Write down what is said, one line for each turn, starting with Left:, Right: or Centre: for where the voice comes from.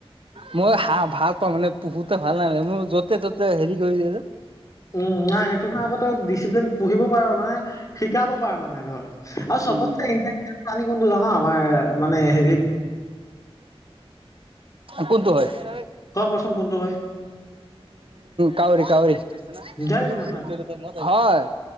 Right: মই হাহঁ ভাল পাওঁ মানে পোহোতে ভাল নালাগে মোৰ য'তে ত'তে হেৰি কৰি যে।
Left: উম, নাই সেইটো হাহঁ আকৌ ডিচিপ্লিন পোহিব পাৰ মানে শিকাব পাৰ মানে ধৰ। আৰু চবছে
Right: উম
Left: ইণ্টেলিজেণ্ট প্ৰাণী কোনটো জান আমাৰ মানে হেৰিত
Right: কোনটো হয়। উম,
Left: তই কচোন কোনটো হয়
Right: কাৱৰি-কাৱৰি। <unintelligible>
Left: ধেই নহয়।
Right: হয়।